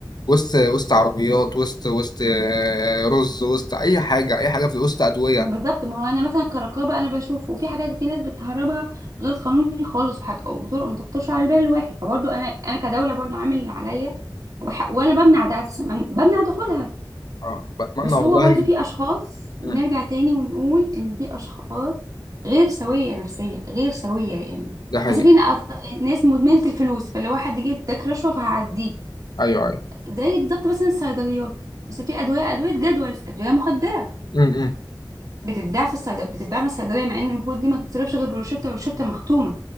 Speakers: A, on the left; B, on the right.
A: وسط وسط عربيات وسط وسط آه، رز وسط أي حاجة أي حاجة في وسط أدوية
B: ما هو بالظبط ما هو انا مثلا كرقابة انا بشوف وفي حاجات في ناس بتهربها غير قانوني خالص وحاجة وطرق ما تخطرش على بال الواحد فبرضه انا انا كدولة برضه عامل اللي عليا وح... وانا بمنع ده اساسا بمنع دخولها
A: أه بتمنى
B: بس
A: والله
B: هو برضو
A: إن-
B: في اشخاص نرجع
A: مم.
B: تاني ونقول ان في اشخاص غير سوية نفسيا غير سوية يعني
A: ده حقيقي
B: مثلا في نق- ناس مدمنة الفلوس فلو واحد جه اداك رشوة فهعديك
A: أيوه أيوه
B: زي بالظبط مثلا الصيدليات بس في ادوية ادوية جدول ادوية مخدرة
A: امم
B: بتتباع في الصيدلية بتتباع من الصيدلية مع ان المفروض دي ما تتصرفش غير بروشتة والروشتة مختومة